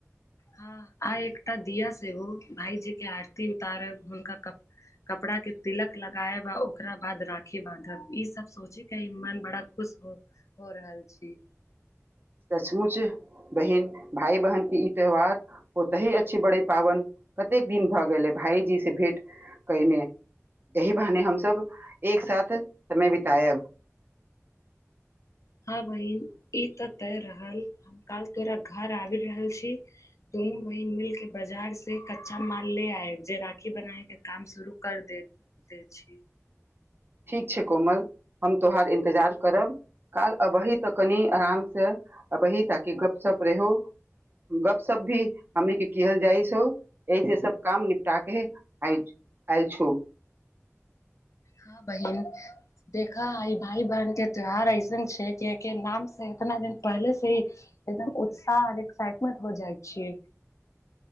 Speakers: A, on the left; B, on the right.
A: हँ आइ एकटा दिया से एगो भाईजी के आरती उतार हुनका क कपड़ा के तिलक लगायब आ ओकरा बाद राखी बाँधब ई सब सोचे के ह मन बड़ा खुश हो हो रहल छी
B: सचमुच बहिन भाय बहन के ई त्यौहार ओत ही अछि बड़ी पाबन कतेक दिन भऽ गेलै भाईजी से भेंट कयने एहि बहाने हमसब एक साथ समय बितायब
A: हाँ बहिन ई ते तय रहल हम काल तोरा घर आबि रहल छी दुनू बहिन मिलके बाजार से कच्चा माल ले आयब जे राखी बनायके काम शुरू कर देब दै छी
B: ठीक छै कोमल हम तोहार इन्तजार करब काल अभहि तऽ कनि आराम से अभहि ताकि गप सप रहो गपशप भी हमनीक के किहल जाइ छो एहिसे सब काम निपटा के आय आयल छौ
A: हँ बहिन देख आइ भाय बहिन के त्यौहार ऐसन छै क के नाम से इतना दिन पहले से ही एकदम उत्साह आओर एक्साइटमेंट हो जाइ छियै